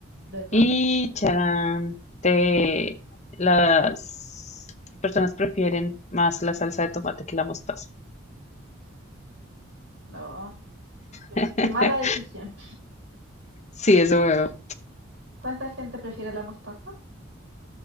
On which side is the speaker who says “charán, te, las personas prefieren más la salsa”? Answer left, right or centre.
Left